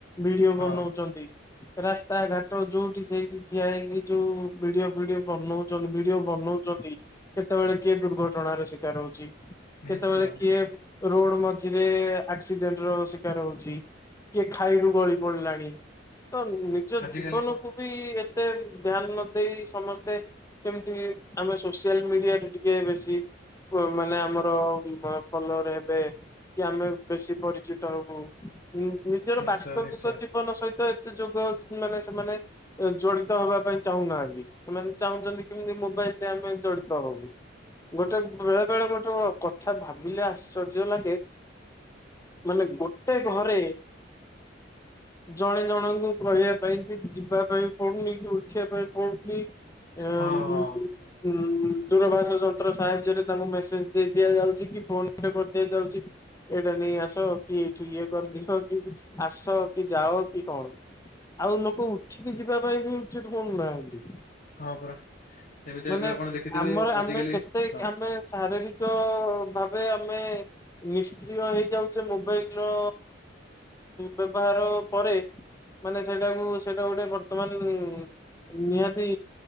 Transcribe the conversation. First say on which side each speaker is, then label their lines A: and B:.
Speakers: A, on the left (about 15°); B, on the left (about 45°).
A: ଭିଡିଓ
B: ହଁ
A: ବନଉଛନ୍ତି, ରାସ୍ତାଘାଟ ଯୋଉଠି ସେଇଠି ଠିଆ ହେଇକି ଯୋଉ ଭିଡିଓ ଫିଡିଓ ବନଉଛନ୍ତି, ଭିଡିଓ ବନଉଛନ୍ତି କେତେବେଳେ କିଏ ଦୁର୍ଘଟଣାର ଶିକାର ହଉଛି,
B: ନିଶ୍ଚୟ
A: କେତେବେଳେ କିଏ ରୋଡ ମଝିରେ ଆକ୍ସିଡେଣ୍ଟ ର ଶିକାର ହଉଛି। କିଏ ଖାଇରୁ ଗଳି ପଡିଲାଣି। ତ ନିଜ
B: ଆଜିକାଲି
A: ଜୀବନକୁୁ
B: କଣ
A: ବି ଏତେ ଧ୍ୟାନ ନ ଦେଇ ସମସ୍ତେ କେମିତି ଆମେ ସୋସିଆଲ ମିଡିଆରେ ଟିକେ ବେଶୀ ମାନେ ଆମର ଫଲୋୟର ହେବେ କି ଆମେ ବେଶୀ ପରିଚିତ ହବୁ। ଉଁ ନିଜର
B: ନିଶ୍ଚୟ
A: ବାସ୍ତବିକ
B: ନିଶ୍ଚୟ
A: ଜୀବନ ସହିତ ତ ଏତେ ଯୁଗ ମାନେ ସେମାନେ ଜଡିତ ହେବା ପାଇଁ ଚାହୁଁନାହାନ୍ତି, ସେମାନେ ଚାହୁଁଛନ୍ତି କେମିତି ମୋବାଇଲ ଆମେ ଯଡ଼ିତ ହବୁ। ଗୋଟେ ବେଳେ ବେଳେ ଗୋଟେ କଥା ଭାବିଲେ ଆଶ୍ଚର୍ଯ୍ୟ ଲାଗେ ମାନେ ଗୋଟେ ଘରେ
B: ହ
A: ଜଣେ ଜଣଙ୍କୁ କହିବା ପାଇଁ କି ଯିବା ପାଇଁ ପଡୁନି କି ଉଠିବା ପାଇଁ ପଡୁନି। ଉ
B: ହଁ ହଁ।
A: ଦୂରଭାଷ ଯନ୍ତ୍ର ସାହ ଯ୍ୟରେ ତାଙ୍କୁ ମେସେଜ ଦେଇ ଦିଆଯାଉଛି କି ଫୋନ ରେ କହିଦିଆଯାଉଛି କି ଏଇଟା ନେଇ ଆସ କି ଏଠୁ ଇ କରିଦିଅ କି ଆସ କି ଯାଅ କି କଣ। ଆଉ ଲୋକ ଉଠିକି ଯିବା ପାଇଁ ବି ଉଚିତ ମଣୁ ନାହାନ୍ତି।
B: ହଁ ପରା। ସେମିତି
A: ମାନେ
B: ଏବେ ଆପଣ ଦେଖିଥିବେ
A: ଆମର
B: ଆଜିକାଲି
A: ଆମେ କେତେ
B: ହଁ
A: ଆମେ ଚାରିର ର ଭାବେ ଆମେ ନିଷ୍କ୍ରିୟ ହେଇଯାଉଛେ ମୋବାଇଲ ର ବ୍ୟବହାର ପରେ। ମାନେ ସେଇଟାକୁ ସେଇଟା ଗୋଟେ ବର୍ତ୍ତମାନ ନି-ନିହାତି